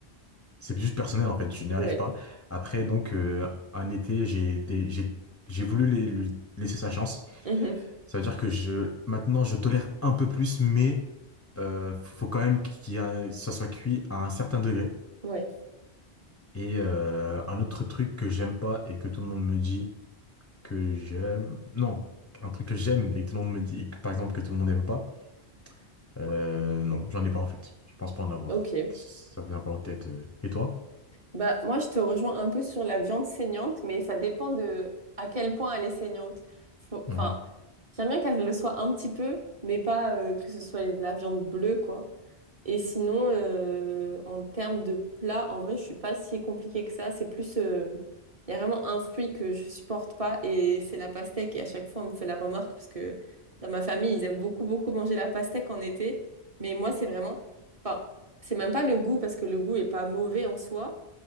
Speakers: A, on the left; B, on the right.
A: c'est juste personnel en fait, je n'y arrive
B: ouais,
A: pas. Après donc euh, un été, j'ai des- j'ai j'ai voulu les- lui laisser sa chance.
B: Mhm.
A: Ça veut dire que je maintenant je tolère un peu plus, mais euh, faut quand même qu'il y ait un- ça soit cuit à un certain degré.
B: ouais,
A: Et euh, un autre truc que j'aime pas et que tout le monde me dit que j'aime. Non, un truc que j'aime et que tout le monde me dit, et que, par exemple, que tout le monde n'aime pas. Euh, non, j'en ai pas en fait. Je pense pas en avoir.
B: ok.
A: Ça me vient pas en tête. euh. Et toi?
B: Bah, moi, je te rejoins un peu sur la viande saignante, mais ça dépend de à quel point elle est saignante. Faut-
A: Mhm,
B: Enfin, j'aime bien qu'elle le soit un petit peu, mais pas euh, que ce soit de la viande bleue, quoi. Et sinon, euh, en termes de plat, en vrai, je suis pas si compliquée que ça. C'est plus, euh, il y a vraiment un fruit que je supporte pas et c'est la pastèque. Et à chaque fois, on me fait la remarque parce que dans ma famille, ils aiment beaucoup, beaucoup manger la pastèque en été. Mais moi, c'est vraiment, enfin, c'est même pas le goût parce que le goût est pas mauvais en soi,